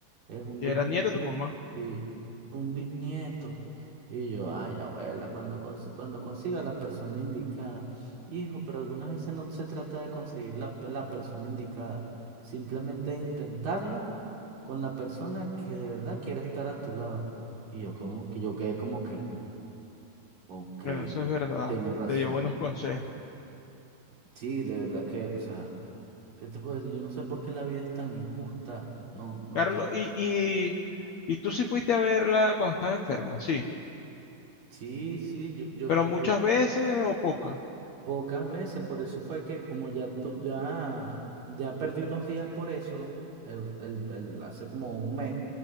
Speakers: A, on the right; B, on the left.
A: es un
B: Y
A: bis,
B: era nieto
A: un
B: de
A: bis-
B: tu mamá.
A: sí, un bisnieto. Y yo, ay, abuela, cuando, cons- cuando consiga la persona indicada, hijo, pero algunas veces no se trata de conseguir la, pe- la persona indicada, simplemente intentarlo con la persona que de verdad quiere estar a tu lado. Y yo, como, que yo quedé como que, ok,
B: Bueno, eso es verdad.
A: tienes razón,
B: Te dio buenos consejos.
A: sí, de verdad que, o sea. ¿Qué te puedo decir? Yo no sé por qué la vida es tan injusta. No, no
B: Carlos,
A: sé.
B: y, y, y tú sí fuiste a verla cuando estaba enferma, sí.
A: Sí, sí, yo, yo,
B: Pero muchas
A: yo
B: veces o pocas.
A: pocas veces, por eso fue que como ya tú, ya, ya perdí unos días por eso, el, el- el- hace como un mes,